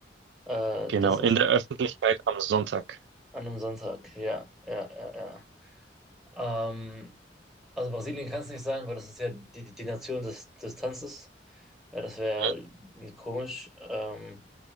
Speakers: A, in the centre; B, on the right.
A: Äh,
B: Genau,
A: das
B: in
A: ist
B: der Öffentlichkeit am Sonntag.
A: an einem Sonntag. Ja, ja, ja, ja. Ähm, also Brasilien kann es nicht sein, weil das ist ja die, die Nation des, des Tanzes. Ja, das wäre
B: Mhm.
A: komisch. Ähm,